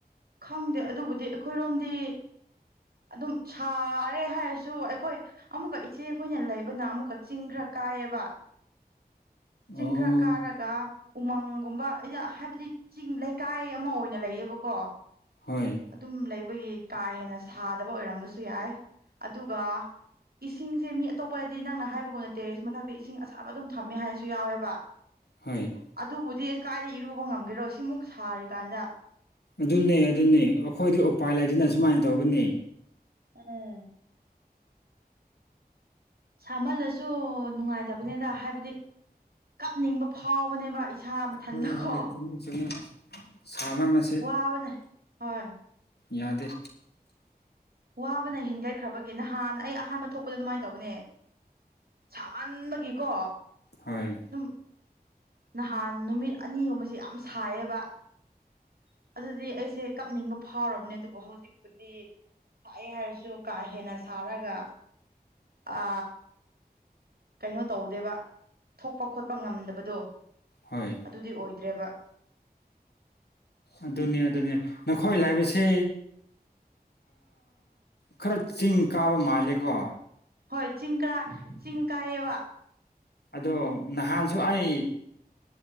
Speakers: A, on the right (about 70°); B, on the left (about 85°).
A: ꯈꯪꯗꯦ ꯑꯗꯨꯕꯨꯗꯤ ꯑꯩꯈꯣꯏꯔꯣꯝꯗꯤ ꯑꯗꯨꯝ ꯁꯥꯔꯦ ꯍꯥꯏꯔꯁꯨ ꯑꯩꯈꯣꯏ ꯑꯃꯨꯛꯀ ꯏꯆꯦ ꯑꯩꯈꯣꯏꯅ ꯂꯩꯕꯅ ꯑꯃꯨꯛꯀ ꯆꯤꯡ ꯈ꯭ꯔ ꯀꯥꯏꯑꯕ ꯆꯤꯡꯈ꯭ꯔ
B: ꯑꯣ
A: ꯀꯥꯔꯒ ꯑꯗꯨꯒ ꯎꯃꯪꯒꯨꯝꯕꯗꯤ ꯍꯥꯏꯕꯗꯤ ꯆꯤꯡ ꯂꯩꯀꯥꯏ ꯑꯃ ꯑꯣꯏꯅ ꯂꯩꯌꯦꯕꯀꯣ
B: ꯍꯣꯏ
A: ꯑꯗꯨꯝ ꯂꯩꯕꯒꯤ ꯀꯥ ꯍꯦꯟꯅ ꯁꯥꯗꯕ ꯑꯣꯏꯔꯝꯕꯁꯨ ꯌꯥꯏ ꯑꯗꯨꯒ ꯏꯁꯤꯡꯁꯦ ꯃꯤ ꯑꯇꯣꯞꯄꯗꯗꯤ ꯅꯪꯅ ꯍꯥꯏꯕꯒꯨꯝꯅ ꯇꯦꯔꯦꯁ ꯃꯊꯛꯇ ꯏꯁꯤꯡ ꯑꯁꯥꯕ ꯑꯗꯨꯝ ꯊꯝꯃꯦ ꯍꯥꯏꯁꯦ ꯁꯨ ꯌꯥꯎꯋꯦꯕ
B: ꯍꯣꯏ
A: ꯑꯗꯨꯕꯨꯗꯤ ꯑꯁ ꯀꯥꯏꯗ ꯏꯔꯨꯕ ꯉꯝꯒꯦꯔꯣ ꯁꯤꯃꯨꯛ ꯁꯥꯔꯤꯀꯥꯟꯗ
B: ꯑꯗꯨꯅꯦ ꯑꯗꯨꯅꯤ ꯑꯩꯈꯣꯏꯗꯤ ꯎꯄꯥꯏ ꯂꯩꯇꯅ ꯁꯨꯃꯥꯏꯅ ꯇꯧꯕꯅꯤ
A: ꯎꯝ ꯁꯥꯍꯜꯂꯁꯨ ꯅꯨꯡꯉꯥꯏꯇꯕꯅꯤꯗ ꯍꯥꯏꯕꯗꯤ ꯀꯞꯅꯤꯡꯕ ꯐꯥꯎꯕꯅꯦꯕ ꯏꯁꯥ ꯃꯊꯟꯗꯀꯣ
B: ꯍꯣꯏ ꯍꯣꯏ ꯍꯣꯏ ꯆꯨꯝꯃꯤ ꯆꯨꯝꯃꯦ ꯑꯁ ꯁꯅꯕꯁꯦ
A: ꯋꯥꯕꯅ ꯍꯣꯏ
B: ꯌꯥꯗꯦ
A: ꯋꯥꯕꯅ ꯍꯦꯟꯒꯠꯈ꯭ꯔꯕꯒꯤ ꯅꯍꯥꯟ ꯑꯩ ꯑꯍꯥꯟꯕ ꯊꯣꯛꯄꯗ ꯑꯗꯨꯃꯥꯏꯅ ꯇꯧꯕꯅꯦ ꯁꯥꯃꯟꯕꯒꯤꯀꯣ
B: ꯍꯣꯏ
A: ꯑꯗꯨꯝ ꯅꯍꯥꯟ ꯅꯨꯃꯤꯠ ꯑꯅꯤꯒꯨꯝꯕꯕꯁꯤꯦ ꯌꯥꯝ ꯁꯥꯏꯌꯦꯕ ꯑꯗꯨꯗꯤ ꯑꯩꯁꯦ ꯀꯞꯅꯤꯡꯕ ꯐꯥꯎꯔꯕꯅꯦ ꯑꯗꯨꯕꯨ ꯍꯧꯖꯤꯛꯄꯨꯗꯤ ꯁꯥꯏꯑꯦ ꯍꯥꯏꯔꯁꯨ ꯀꯥ ꯍꯦꯟꯅ ꯁꯥꯔꯒ ꯑ ꯀꯩꯅꯣ ꯇꯧꯗꯦꯕ ꯊꯣꯛꯄ ꯈꯣꯠꯄ ꯉꯝꯗꯕꯗꯣ
B: ꯍꯣꯏ
A: ꯑꯗꯨꯗꯤ ꯑꯣꯏꯗ꯭ꯔꯦꯕ
B: ꯑꯗꯨꯅꯦ ꯑꯗꯨꯅꯦ ꯅꯈꯣꯏ ꯂꯥꯏꯕꯁ ꯈꯔ ꯆꯤꯡ ꯀꯥꯕ ꯃꯥꯂꯦꯀꯣ
A: ꯍꯣꯏ ꯆꯤꯀꯥ ꯆꯤꯀꯌꯦ
B: ꯑꯗꯣ ꯅꯍꯥꯟꯁꯨ ꯑꯩ